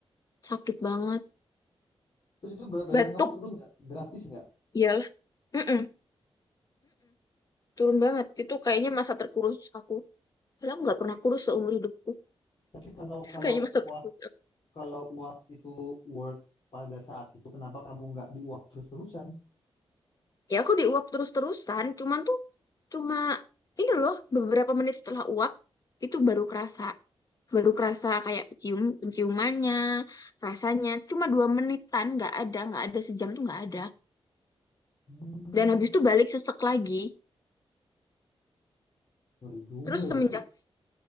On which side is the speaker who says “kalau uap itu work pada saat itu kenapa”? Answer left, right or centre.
Left